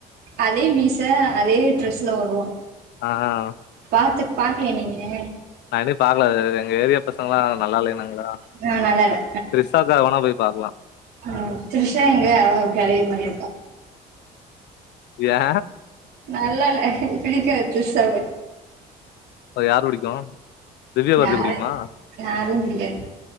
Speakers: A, on the right (about 70°); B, on the left (about 80°).
A: அதே மீச அதே ட்ரெஸ்ல வருவா
B: ஆஆவ்
A: பாத்து பாக்லயா நீனு
B: நா இனி பாக்ல <unintelligible> எங்க ஏரியா பசங்கள்லா நல்லாலேனாங்க லா
A: ஆ நல்லா இல்ல
B: த்ரிஷாக்காக வாணா போய் பாக்லா
A: ஆ த்ரிஷா எங்க அவ கெழவி மாறியே இருக்கா
B: யா
A: நல்லால்ல பிடிக்காத் த்ரிஷாவ
B: ப யாரு பிடிக்கு திவ்ய பாரதி
A: யாரு
B: பிடிக்குமா
A: யாரையு பிடிக்காது